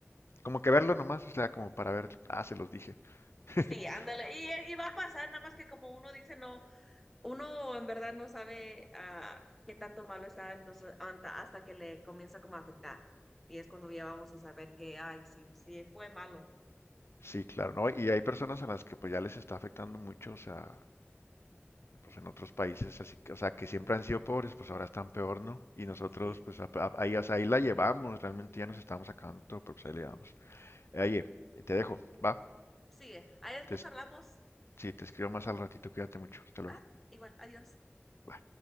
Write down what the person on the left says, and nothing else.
como que verlo nomás, o sea, como para ver, ah, se los dije. <laughs>
Sí, claro, ¿no? Y hay personas a las que pues ya les está afectando mucho, o sea, pues en otros países, así que, o sea, que siempre han sido pobres, pues ahora están peor, ¿no? Y nosotros,
pues a- a- ahí, o sea, ahí la llevamos, realmente ya nos estamos acabando todo, pero pues ahí la llevamos. Eh, Oye, te dejo, va,
te, es-
sí, te escribo más al ratito, cuídate mucho, hasta luego.
Bye.